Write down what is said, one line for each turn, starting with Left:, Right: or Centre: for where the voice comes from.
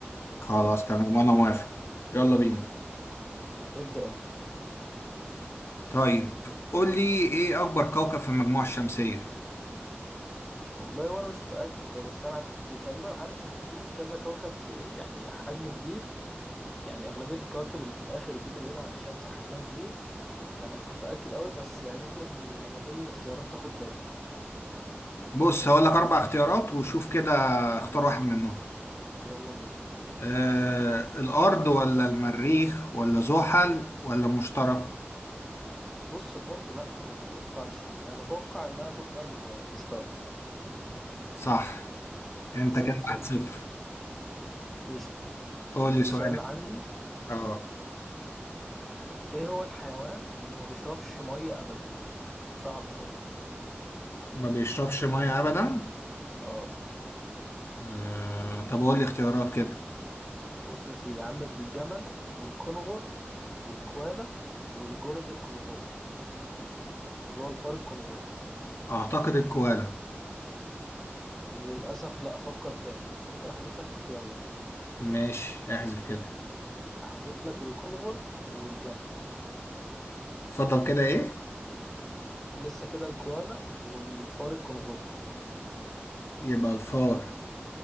Left: خلاص تمام وانا موافق يلا بينا
Centre: ابدأ أنت
Left: طيب قول لي ايه اكبر كوكب في المجموعة الشمسية
Centre: والله وأنا مش متأكد بس أنا كنت تقريبا عارف إنه في كذا كوكب ك... يعني حجمه كبير يعني أغلبية الكواكب اللي في الآخر دي اللي بعيدة عن الشمس حجمها كبير فانا مش متاكد قوي بس يعني ممكن لما تقول لي الاختيارات تاخد بالي
Left: بص هقول لك اربع اختيارات وشوف كده اختار واحد منهم
Centre: يلا بينا
Left: آه الارض ولا المريخ ولا زحل ولا المشتري
Centre: بص الارض لا ما اتوقعش يعني انا اتوقع انها تبقى ال- المشتري
Left: صح انت
Centre: زي
Left: كده
Centre: الفل
Left: واحد صفر
Centre: قشطه
Left: قول لي
Centre: السؤال
Left: سؤال
Centre: اللي عندي
Left: اه
Centre: ايه هو الحيوان اللي ما بيشربش ميه ابدا صعب شويه
Left: ما بيشربش ميه ابدا
Centre: اه
Left: آه طب قول لي اختيارات كده
Centre: بص يا سيدي عندك الجمل والكنغر والكوالا والجرذ الكنغري اللي هو الفار الكنغري
Left: اعتقد الكوالا
Centre: للاسف لا افكر تاني ممكن احذف لك اختيارين
Left: ماشي احذف كده
Centre: احذف لك الكنغر والجمل
Left: اتفضل كده ايه
Centre: لسه كده الكوالا والفار الكنغوري
Left: يبقى الفار